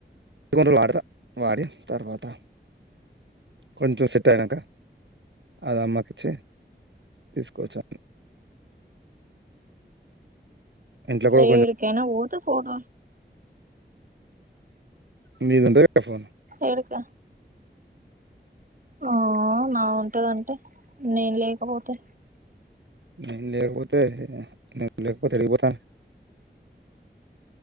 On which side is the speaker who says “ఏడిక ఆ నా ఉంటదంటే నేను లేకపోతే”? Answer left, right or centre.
Right